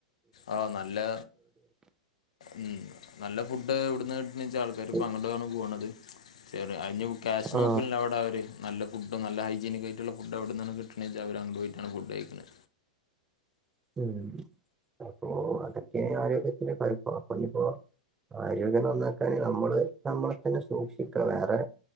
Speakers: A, on the left; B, on the right.
A: ആഹ് നല്ലാ ഉം നല്ല ഫുഡ്ഡ് ഇവിടുന്ന് ന്ന്ച ആൾക്കാർ
B: വരുത്തി
A: ഇപ്പ അങ്ങ്ട്ടാണ് പോണത്. ചെ അയിന് ക്യാഷ്
B: ആ
A: നോക്ക്ണില്ല അവടെ അവര് നല്ല ഫുഡ്ഡും നല്ല ഹയ്ജീനിക്ക് ആയിട്ട്ള്ള ഫുഡ്ഡ് അവ്ട്ന്നാണ് കിട്ട്ണെച അവര് അവടെ പോയിട്ട ഫുഡ്ഡ് കഴിക്ക്ണെ
B: ഉം അപ്പൊ അതൊക്കെ ആരോഗ്യത്തിന് കൊഴപ്പ പൊ അയിന്പൊ ആരോഗ്യം നന്നാക്കാന് ഞമ്മള് നമ്മളെ തന്നെ സൂക്ഷിക്ക വേറെ